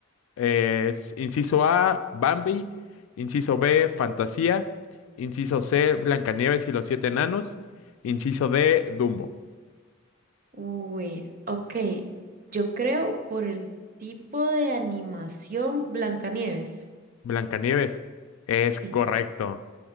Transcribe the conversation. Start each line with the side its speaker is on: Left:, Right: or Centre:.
Left: Eh, es inciso A, Bambi, inciso B, Fantasía, inciso C, Blancanieves y los siete enanos, inciso D, Dumbo.
Right: Uy, ok. Yo creo por el tipo de animación Blancanieves.
Left: Blancanieves, es
Right: Sí.
Left: correcto.